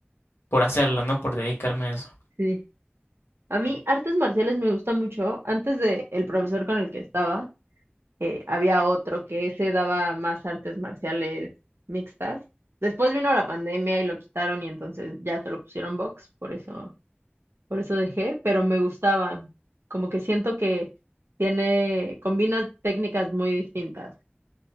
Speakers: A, on the left (about 80°); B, on the right (about 80°).
A: por hacerlo, no por dedicarme a eso.
B: Sí. A mí artes marciales me gusta mucho. Antes de el profesor con el que estaba, eh, había otro que se daba más artes marciales mixtas. Después vino la pandemia y lo quitaron y entonces ya se lo pusieron box, por eso, por eso dejé, pero me gustaba, como que siento que tiene, combina técnicas muy distintas.